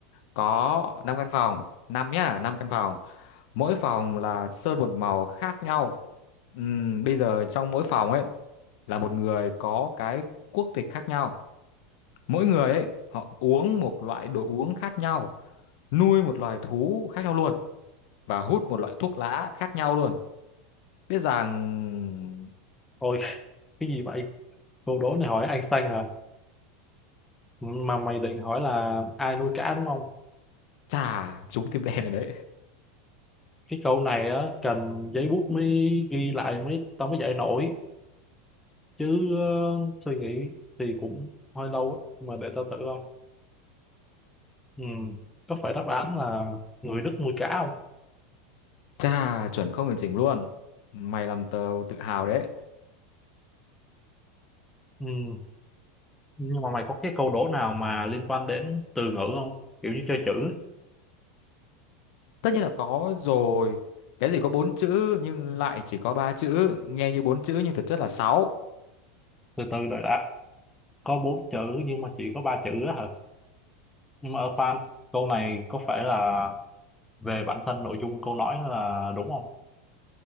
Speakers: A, on the left (about 50°); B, in the centre.
A: có 5 căn phòng, 5 nhá, 5 căn phòng. mỗi phòng là sơn một màu khác nhau Ừm, bây giờ trong mỗi phòng ấy là một người có cái quốc tịch khác nhau mỗi người ấy họ uống một loại đồ uống khác nhau nuôi một loài thú khác nhau luôn và hút một loại thuốc lá khác nhau luôn biết rằng
B: ôi cái gì vậy câu đố này hỏi Einstein hả mà mày định hỏi là ai nuôi cá đúng không
A: trà trúng tim đen ở đấy
B: cái câu này á cần giấy bút mới ghi lại mới tao mới dạy nổi chứ ờ, suy nghĩ thì cũng hơi lâu á mà để tao thử coi ừ. có phải đáp án là người Đức nuôi cá không
A: trà chuẩn không hoàn chỉnh luôn mày làm tao tự hào đấy
B: ừ. nhưng mà mày có cái câu đố nào mà liên quan đến từ ngữ không kiểu như chơi chữ ấy.
A: tất nhiên là có rồi cái gì có bốn chữ nhưng lại chỉ có ba chữ nghe như bốn chữ nhưng thực chất là sáu
B: từ từ đợi đã có bốn chữ nhưng mà chỉ có ba chữ á hả nhưng mà ở khoan câu này có phải là về bản thân nội dung câu nói là đúng không